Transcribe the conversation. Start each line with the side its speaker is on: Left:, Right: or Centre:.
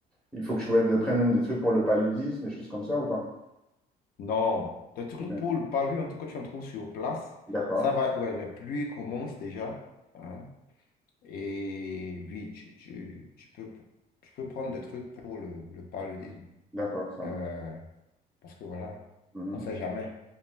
Centre: il faut que je le prenne des trucs pour le paludisme, des choses comme ça ou pas?
Left: Non. Le truc
Centre: Ok.
Left: pour le palu, en tout cas, tu en trouves sur place.
Centre: D'accord.
Left: Ça va. Ouais, les pluies commencent déjà. hein. Et oui, tu, tu, tu peux, tu peux prendre des trucs pour le, le paludisme.
Centre: D'accord, ça
Left: Euh,
Centre: marche.
Left: parce que voilà,
Centre: Mhm.
Left: on sait jamais.